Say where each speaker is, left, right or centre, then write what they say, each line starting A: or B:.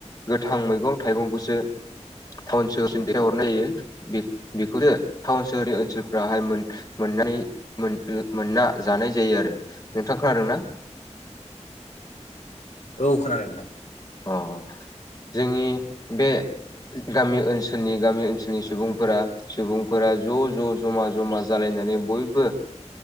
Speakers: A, on the left; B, on the left.
A: गोथां मैगं थाइगंखौसो टाउन सोहरसिम दैहरनाय जायो। बेखौनो टाउन सोहरनि ओनसोलफ्राहाय मोन मोननाय मोनना जानाय जायो आरो नोंथां खोनादोंना
B: औ खोनादों नोंथां।
A: अ जोंनि बे गामि ओनसोलनि गामि ओनसोलनि सुबुंफोरा सुबुंफोरा ज' ज' जमा जमा जालायनानै बयबो